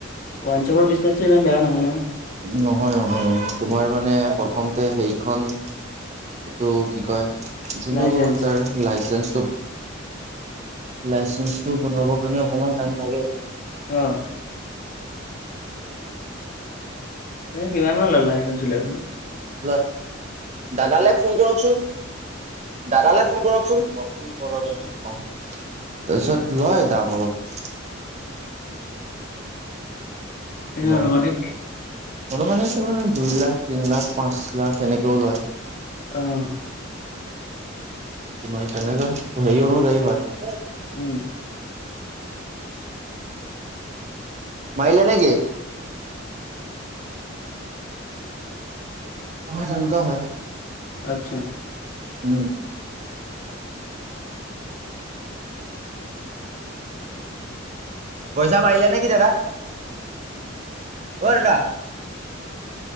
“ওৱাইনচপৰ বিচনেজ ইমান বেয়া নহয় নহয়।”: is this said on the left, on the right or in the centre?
Left